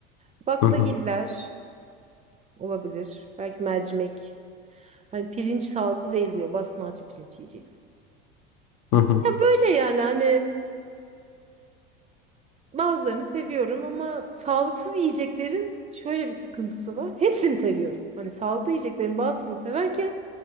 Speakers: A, on the right (about 20°); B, on the left (about 55°).
A: Baklagiller
B: Hı hı.
A: olabilir. Belki mercimek. Hani pirinç sağlıklı değil diyor. Basmati pirinç yiyeceksin.
B: Hı hı.
A: Ya böyle yani hani Bazılarını seviyorum ama sağlıksız yiyeceklerin şöyle bir sıkıntısı var. Hepsini seviyorum. Hani sağlıklı yiyeceklerin bazısını severken